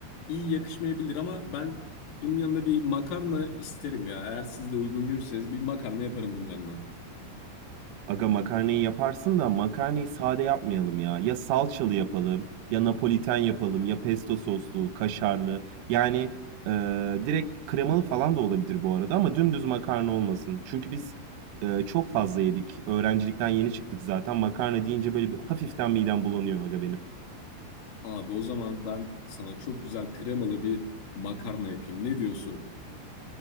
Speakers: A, on the left; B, on the right.
A: iyi yakışmayabilir ama ben bunun yanına bir makarna isterim ya. Eğer siz de uygun görürseniz bir makarna yaparım bunun yanına.
B: Aga makarnayı yaparsın da makarnayı sade yapmayalım ya. Ya salçalı yapalım, ya napoliten yapalım, ya pesto soslu, kaşarlı. Yani e, direkt kremalı falan da olabilir bu arada ama dümdüz makarna olmasın. Çünkü biz e, çok fazla yedik. Öğrencilikten yeni çıktık zaten. Makarna deyince böyle bir hafiften midem bulanıyor aga benim.
A: Abi o zaman ben sana çok güzel kremalı bir makarna yapayım. Ne diyorsun?